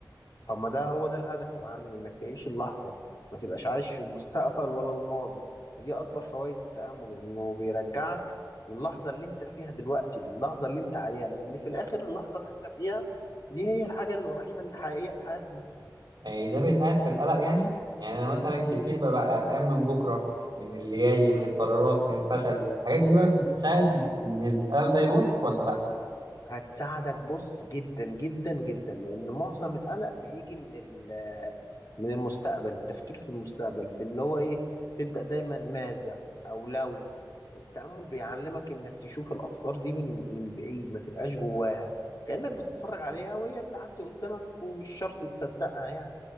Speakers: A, on the left; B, on the right.
A: طب ما ده هو ده الهدف يا معلم انك تعيش اللحظة ما تبقاش عايش في المستقبل ولا الماضي ودي اكبر فوائد التأمل انه بيرجعك للحظة اللي انت فيها دلوقتي اللحظة اللي انت عليها لان في الاخر اللحظة اللي احنا فيها دي هي الحاجة الوحيدة الحقيقية في حياتنا
B: يعني ده بيساعد في القلق يعني يعني انا مثلا كتير ببقى قلقان من بكره من اللي جاي من القرارات من الفشل الحاجات دي بقى بتساعد ان القلق ده يروح ولا لا
A: هتساعدك بص جدا جدا جدا لان معظم القلق بيجي من ال- من المستقبل التفكير في المستقبل في اللي هو ايه تبدأ دايما ماذا او لو التأمل بيعلمك انك تشوف الافكار دي من من بعيد ما تبقاش جواها كأنك بتتفرج عليها وهي بتعدي قدامك ومش شرط تصدقها يعني